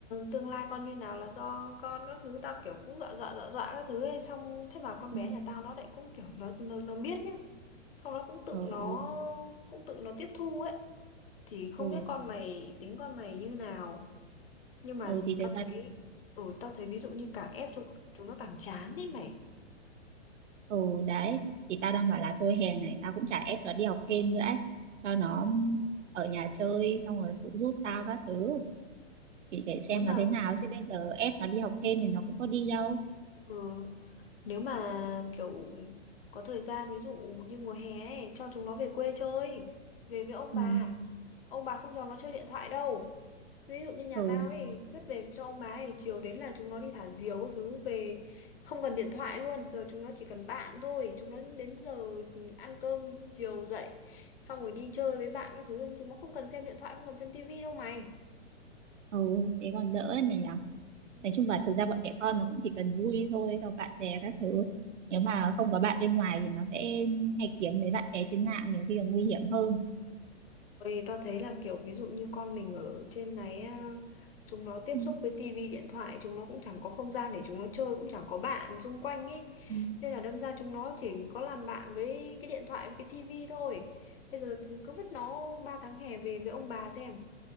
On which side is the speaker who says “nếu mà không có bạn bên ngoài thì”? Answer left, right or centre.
Right